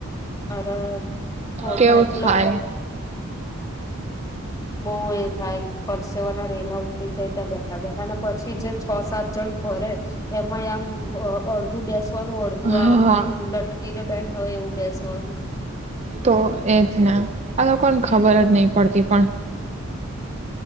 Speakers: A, on the left; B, on the right.
A: આરા છોડ
B: કેવું
A: નો એટલો
B: થાય
A: બઉ એ થાય પરસેવાના રેલા ઉતરી જાય ત્યાં બેઠા બેઠા અને પછી જે છ સાત જણ ભરે એમાં આમ અડધું બેસ વાનું અડધું
B: હા
A: આમને આમ લટકી ને બે હવે એવું બેસવાનું
B: તો એજ ને આ લોકોને ખબર જ નહી પડતી પણ